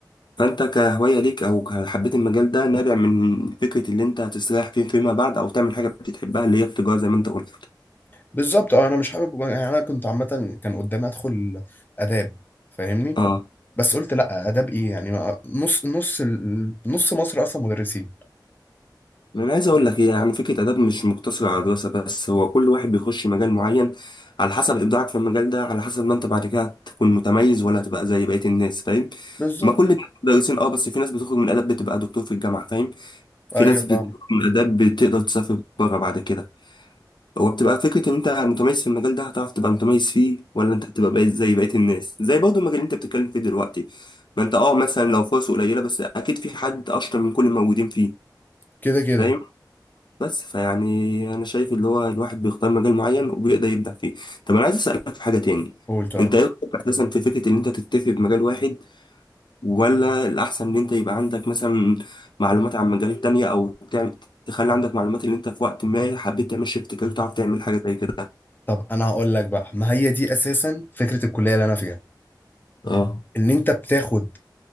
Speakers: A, on the left; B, on the left.
A: فأنت كهواية ليك أو ك- حبيت المجال ده نابع من فكرة اللي أنت هتستريح فيه فيما بعد أو تعمل حاجة بتحبها اللي هي التجارة زي ما أنت قلت.
B: بالظبط أه أنا مش حابب يعني أنا كنت عامة كان قدامي أدخل آداب فاهمني
A: اه
B: بس قلت لأ آداب إيه يعني ما- نص نص ال- نص مصر أصلا مدرسين
A: انا عايز اقول لك إيه، يعني فكره اداب مش مقتصره على دراسه بس هو كل واحد بيخش مجال معين على حسب ابداعك في المجال ده على حسب ما انت بعد كده تكون متميز ولا تبقى زي بقيه الناس فاهم
B: بالظبط
A: ما كل الناس مدرسين اه بس في ناس بتخرج من اداب بتبقى دكتور في الجامعه فاهم في
B: أيوه
A: ناس بتخرج
B: فاهم
A: من اداب بتقدر تسافر بره بعد كده هو بتبقى فكره ان انت متميز في المجال ده هتعرف تبقى متميز فيه ولا انت هتبقى بقيت زي بقيه الناس زي برضه المجال اللي انت بتتكلم فيه دلوقتي ما انت اه مثلا لو فرصه قليله بس اكيد في حد اشطر من كل الموجودين فيه
B: كده كده
A: فاهم بس فيعني انا شايف اللي هو الواحد بيختار مجال معين وبيقدر يبدع فيه طب انا عايز اسالك في حاجه تاني
B: قول طيب
A: انت ايه رايك اساسا في فكره ان انت تكتفي بمجال واحد ولا الاحسن ان انت يبقى عندك مثلا معلومات عن مجالات تانية او تعمل تخلي عندك معلومات اللي انت في وقت ما حبيت تعمل شيفت كارير تعرف تعمل حاجه زي كده
B: طب أنا هقول لك بقى ما هي دي أساسا فكرة الكلية اللي أنا فيها
A: اه
B: إن أنت بتاخد